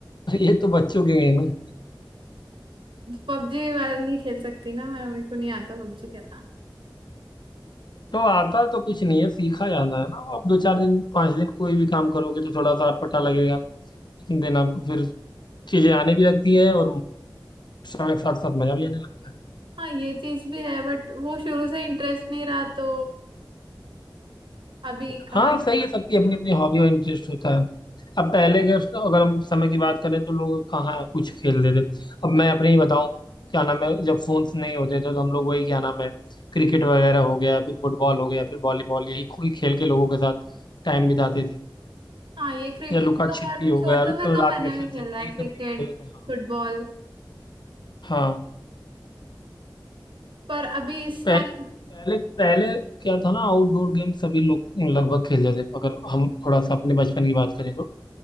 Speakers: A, on the left; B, on the right.
A: <laughs> ये तो बच्चों के गेम है
B: पबजी वाला नहीं खेल सकती ना मैं मेरे को नहीं आता पबजी खेलना
A: तो आता तो कुछ नहीं है सीखा जाता है ना आप दो चार दिन पांच दिन कोई भी काम करोगे तो थोड़ा सा अटपटा लगेगा लेकिन दिन आपको फिर चीजें आने भी लगती है और समय के साथ साथ मजा भी आने लगता है
B: हाँ ये चीज भी है बट वो शुरू से इंटरेस्ट नहीं रहा तो अभी कहाँ
A: हाँ
B: interest
A: सही है सबकी अपनी
B: रहेगा।
A: अपनी हॉबी और इंटरेस्ट होता है अब पहले के अगर हम समय की बात करें तो लोग कहाँ कुछ खेलते थे अब मैं अपने ही बताऊं क्या नाम है जब फोन्स नहीं होते थे तो हम लोग वही क्या नाम है क्रिकेट वगैरह हो गया फिर फुटबॉल हो गया फिर वॉलीबॉल यही कोई खेल के लोगों के साथ टाइम बिताते थे
B: हाँ ये क्रिकेट
A: या लुका
B: तो
A: छिपी
B: मैं
A: हो
B: छोटों
A: गया
B: में तो
A: रात
B: मैंने
A: में खेलते
B: भी खेला
A: थे
B: है
A: यही
B: क्रिकेट
A: सब गेम होते थे हाँ
B: फुटबॉल
A: हाँ
B: पर अभी इस
A: पहले
B: टाइम
A: पहले पहले क्या था ना आउटडोर गेम सभी लोग लगभग खेलते थे अगर हम थोड़ा सा अपने बचपन की बात करें तो